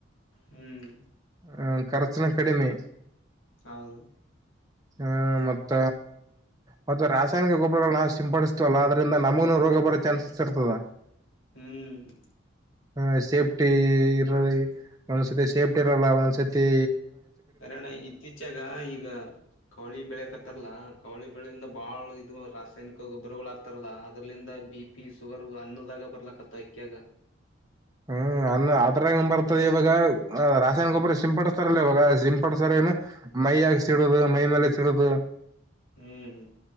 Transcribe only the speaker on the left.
ಹ್ಮ್
ಹೌದು
ಹ್ಮ್
ಕಾರಣ ಇತ್ತೀಚಾಗ ಈಗ ಕೌಳಿ ಬೆಳಕತ್ತಾರಲ್ಲ ಕೌಳಿ ಬೆಳೆಯಿಂದ ಬಾಳ ಇದು ರಾಸಾಯನಿಕ ಗೊಬ್ಬರಗಳು ಆಗ್ತಾರಲ್ಲ ಅದ್ರಲಿಂದ ಬಿ ಪಿ ಶುಗರ್ ಅನ್ನದಾಗ ಬರ್ಲ ಕತ್ತ ಎಕ್ಯಾಗ
ಹ್ಮ್